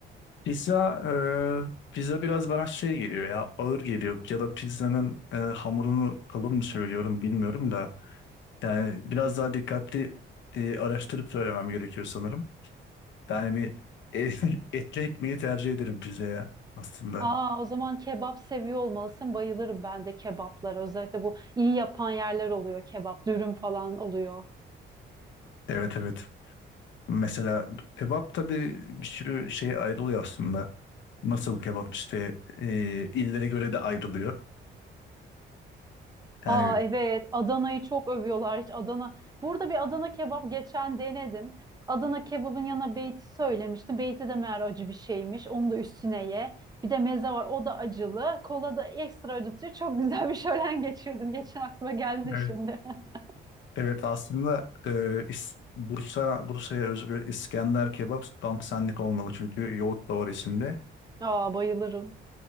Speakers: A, on the left (about 70°); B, on the right (about 20°).
A: Pizza e, Pizza biraz bana şey geliyor ya ağır geliyor ya da pizzanın e, hamurunu kalın mı söylüyorum bilmiyorum da Yani biraz daha dikkatli e, araştırıp söylemem gerekiyor sanırım. Yani bir e- <laughs> etli ekmeği tercih ederim pizzaya aslında.
B: Aa o zaman kebap seviyor olmalısın. Bayılırım ben de kebaplara. Özellikle bu iyi yapan yerler oluyor. Kebap, dürüm falan oluyor.
A: Evet evet. Mesela kebap da bir, bir sürü şey ayrılıyor aslında. Nasıl kebap işte e, illere göre de ayrılıyor. Yani
B: Aa evet Adana'yı çok övüyorlar hiç Adana. Burada bir Adana kebap geçen denedim. Adana kebabın yanına beyti söylemiştim. Beyti de meğer acı bir şeymiş. Onu da üstüne ye. Bir de meze var o da acılı. Kola da ekstra acıtıyor. Çok güzel bir şölen <laughs> geçirdim. Geçen aklıma geldi
A: Evet.
B: şimdi. <laughs>
A: evet aslında e, İs- Bursa Bursa'ya özgü İskender kebap tam senlik olmalı çünkü yoğurt da var içinde.
B: Aa bayılırım.